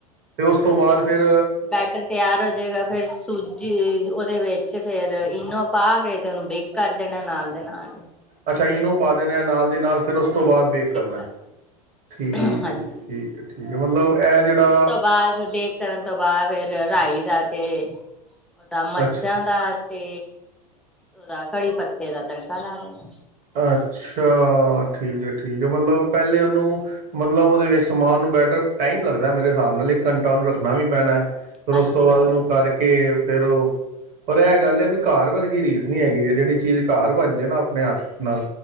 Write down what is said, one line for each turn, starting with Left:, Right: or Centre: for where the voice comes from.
Right: ਤੇ ਉਸ
Centre: ਫੇਰ
Right: ਤੋਂ ਬਾਅਦ
Centre: ਉਹ
Right: ਫਿਰ
Centre: ਬੈਟਰ ਤਿਆਰ ਹੋ ਜਾਏਗਾ, ਫੇਰ ਸੂਜੀ ਜੀ ਉਹਦੇ ਵਿੱਚ ਫੇਰ ਇਨੋ ਪਾ ਕੇ, ਤੇ ਉਹਨੂੰ ਬੇਕ ਕਰ ਦੇਣਾ, ਨਾਲ ਦੇ ਨਾਲ।
Right: ਅੱਛਾ ਇਨੂੰ ਪਾ ਦੇਣੇ ਐ, ਨਾਲ ਦੀ ਨਾਲ, ਫ਼ਿਰ ਉਸ ਤੋਂ ਬਾਅਦ ਬੇਕ ਕਰਨਾ
Centre: ਕਰ
Right: ਐ,
Centre: ਦੇਣਾ
Right: ਠੀਕ
Centre: ਹਾਂਜੀ।
Right: ਹੈ ਜੀ, ਠੀਕ ਹੈ ਠੀਕ ਹੈ, ਮਤਲਬ ਇਹ ਜਿਹੜਾ
Centre: ਉਸ ਤੋਂ ਬਾਅਦ ਫਿਰ ਬੈਕ ਕਰਨ ਤੋਂ ਬਾਅਦ, ਫੇਰ ਰਾਈ ਦਾ ਤੇ ਉਹਦਾ ਮਿਰਚਾਂ
Right: ਅੱਛਾ
Centre: ਦਾ ਤੇ ਔਦਾ, ਕੜੀ ਪੱਤੇ ਦਾ ਤੜਕਾ ਲਾ ਦੇਣਾ।
Right: ਅੱਛਾ, ਠੀਕ ਹੈ, ਠੀਕ ਹੈ, ਮਤਲਬ ਪਹਿਲੇ ਉਹਨੂੰ ਮਤਲਬ ਉਹਦੇ ਵਿੱਚ ਸਮਾਨ ਨੂੰ ਬੈਟਰ, ਟਾਈਮ ਲੱਗਦਾ ਮੇਰੇ ਹਿਸਾਬ ਨਾਲ ਇੱਕ ਘੰਟਾ ਉਹਨੂੰ ਰੱਖਣਾ ਵੀ ਪੈਣਾ। ਫਿਰ ਉਸ
Centre: ਹਾਂਜੀ
Right: ਤੋਂ ਬਾਅਦ
Centre: ਹਾਂਜੀ।
Right: ਉਹਨੂੰ ਕਰਕੇ ਫੇਰ ਉਹ ਪਰ ਇਹ ਗੱਲ ਹੈ, ਵੀ ਕਾਰਰ ਵਰਗੀ ਰੀਸ ਨਹੀਂ ਹੈਗੀ ਜੇ, ਜਿਹੜੀ ਚੀਜ਼ ਕਾਰਰ ਬਣ ਜਾਏ ਨਾ ਆਪਣੇ ਹੱਥ ਨਾਲ